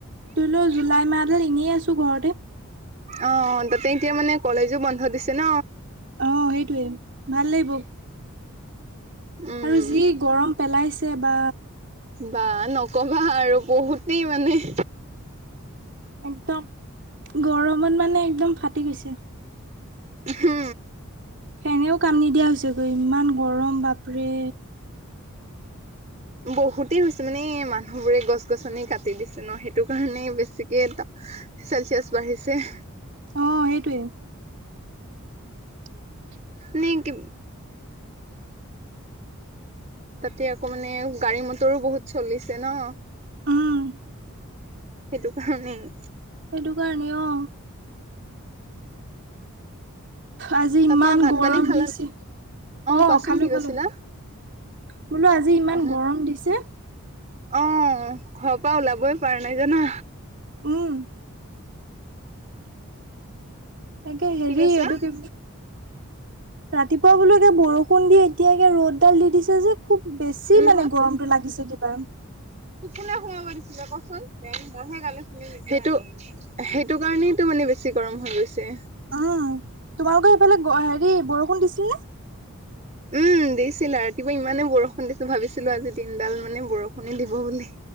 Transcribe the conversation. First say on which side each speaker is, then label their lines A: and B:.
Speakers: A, on the right; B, on the right.
A: ধৰি লও জুলাই মাহত এনেই আছো ঘৰতে
B: অ তাতে এতিয়া মানে কলেজো বন্ধ দিছে ন
A: অ সেইটোৱে ভাল লাগিব
B: উম
A: আৰু যি গৰম পেলাইছে বা
B: বা নকবা আৰু বহুতেই মানে
A: একদম গৰমত মানে একদম ফাটি গৈছে
B: হা
A: ফেনেও কাম নিদিয়া হৈছেগৈ ইমান গৰম বাপৰে
B: বহুতেই হৈছে মানে মানুহ বোৰে গছ গছনি কাটি দিছে ন সেইটো কাৰণে বেছিকে ত চেলচিয়াছ বাঢ়িছে
A: অ সেইটোৱে <inaudible>
B: নে কি তাতে আকৌ মানে গাড়ী মটৰো বহুত চলিছে ন।
A: উম
B: সেইটো কাৰণেই।
A: সেইটো কাৰণেই অ'। আজি ইমান
B: তাপা ভাত
A: গৰম
B: পানী খালা
A: দিছে অ'
B: কোৱাচোন
A: খালো
B: কি কৈছিলা
A: খালো। বোলো আজি ইমান
B: অ
A: গৰম দিছে।
B: অ' ঘৰৰ পৰা ওলাবই পাৰা নাই জানা।
A: উম। একে হেৰি
B: কি কৈছা
A: এইটো কি? ৰাতিপুৱা বোলকে বৰষুণ দি এতিয়াকে ৰ'দডাল দি দিছে যে খুব বেছি
B: কি
A: মানে গৰমটো লাগিছে কিবা।
B: কোনে সোমাব দিছিলে কচোন দে মইহে গালি শুনি সিটো। সেইটো কাৰণেইটো মানে বেছি গৰম হৈ গৈছে।
A: উম তোমালোকৰ সেইফালে হেৰি বৰষুণ দিছিল নে
B: উম। দিছিল আৰু ৰাতিপুৱা ইমানে বৰষুণ দিছো ভাবিছিলো আজি দিনডাল মানে বৰষুণ দিব বুলি।